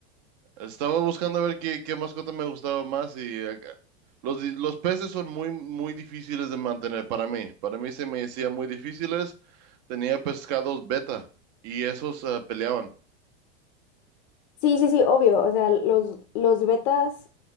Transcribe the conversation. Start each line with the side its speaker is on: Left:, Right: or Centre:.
Right: Estaba buscando a ver qué, qué mascota me gustaba más y acá- los, di- los peces son muy, muy difíciles de mantener para mí. Para mí se me decía muy difíciles. Tenía pescados beta y esos ah, peleaban.
Left: Sí, sí, sí, obvio. O sea, los, los betas,